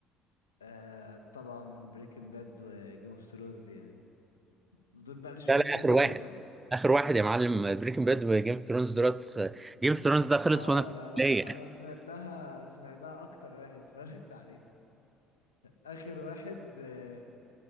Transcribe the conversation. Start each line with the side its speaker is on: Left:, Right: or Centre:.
Left: أه طبعا بريكنج باد وجيم اوف ثرونز يعني دول بقى اللي شفتهم
Right: لا لا
Left: كذا
Right: اخر واحد
Left: مرة يعني
Right: اخر واحد يا معلم بريكنج باد وجيم اوف ثرونز دلوقتي جيم اوف ثرونز ده خلص
Left: اه
Right: وانا في
Left: لا لا
Right: الكليه
Left: أنا سمعتها سمعتها أكتر واحد اتفرجت عليه آخر واحد آه،